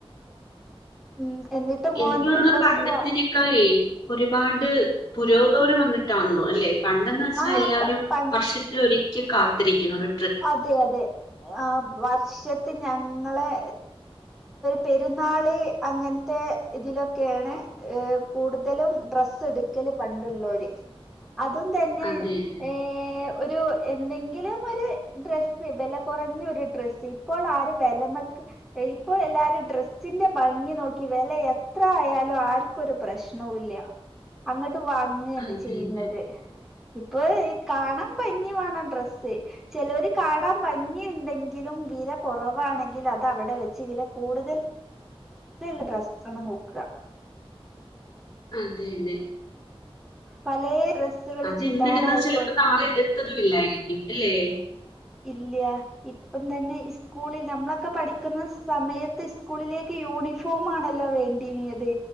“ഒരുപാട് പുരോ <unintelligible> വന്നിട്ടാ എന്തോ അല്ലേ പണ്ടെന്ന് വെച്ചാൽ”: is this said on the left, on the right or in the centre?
Left